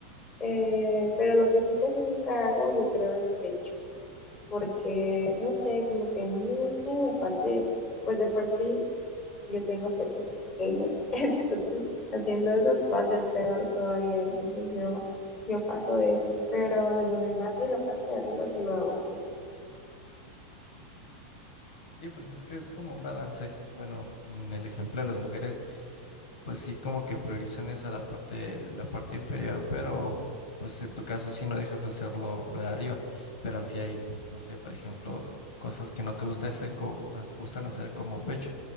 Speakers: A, on the left; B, on the left.
A: Eh, pero lo que sí casi nunca hago, yo creo, es pecho, porque, no sé, como que no me gusta la parte, pues de por sí, yo tengo pechos pequeños, <laughs> entonces, haciendo eso va a ser peor todavía, entonces yo... Yo paso de eso, pero de lo demás de la parte de arriba sí lo hago.
B: Sí, pues es que es como un balance. Bueno, en el ejemplo de las mujeres pues sí como que priorizan esa la parte, la parte inferior, pero pues en tu caso sí no dejas de hacerlo lo lo de arriba, pero sí hay, no sé, por ejemplo, cosas que no te gusta hacen co- a- gustan hacer como pecho.